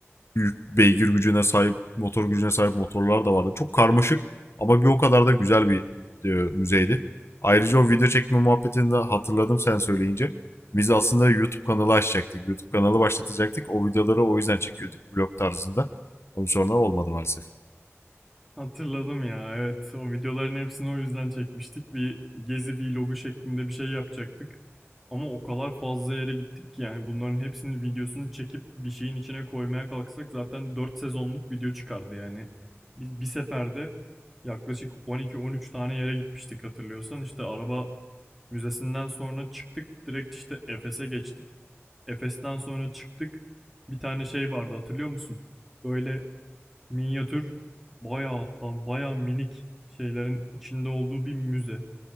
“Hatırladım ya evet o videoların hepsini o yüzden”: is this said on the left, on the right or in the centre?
Centre